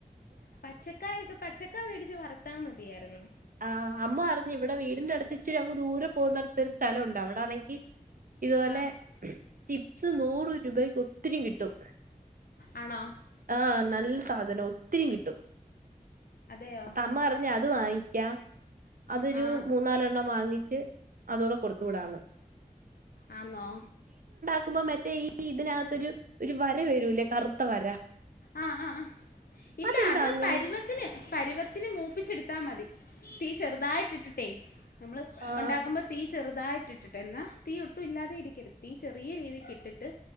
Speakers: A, on the left; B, on the right.
A: പച്ചക്കായക്കെ പച്ചക്കാ വേടിച്ച് വറത്താ മതിയാരുന്നു.
B: ആ അമ്മ അറിഞ്ഞുവടെ വീടിന്റെ അടുത്ത് ഇച്ചിരങ്ങ് ദൂര പോന്നടുത്ത് ഒരു സ്ഥലൊണ്ടവിടാണെങ്കി. ഇതുപോലെ
A: ആ
B: ചിപ്സ് നൂറ് രൂപക്ക് ഒത്തിരി കിട്ടും
A: ആണോ
B: ആ നൽ സാധനം ഒത്തിരി കിട്ടും
A: അതെയോ
B: അമ്മറഞ്ഞ് അത് വാങ്ങിക്കാം. അതൊരു
A: ആ
B: മൂന്നാലെണ്ണം വാങ്ങിച്ച് അതൂടെ കൊടുത്തു വിടാന്ന്.
A: ആന്നോ?
B: ക്കുമ്പ മറ്റേ ഈ ഇതിനാത്തൊരു ഒരു വര വീഴുലേ കറുത്ത വര.
A: ആ ആ ഇല്ല
B: അതെന്താ
A: അത്
B: അങ്ങനെ
A: പരുവത്തിന് പരുവത്തിന് മൂപ്പിച്ചെടു. ത്താ മതി തീ ചെറുതായിട്ടിട്ടിട്ടേ നമ്മള്
B: ആഹ്
A: ഒണ്ടാക്കുമ്പ തീ ചെറുതായി. ട്ടിട്ടിട്ട് എന്നാ തീ ഒട്ടുല്ലാതേം ഇരിക്കരുത് തീ ചെറിയ രീതിക്കിട്ടിട്ട്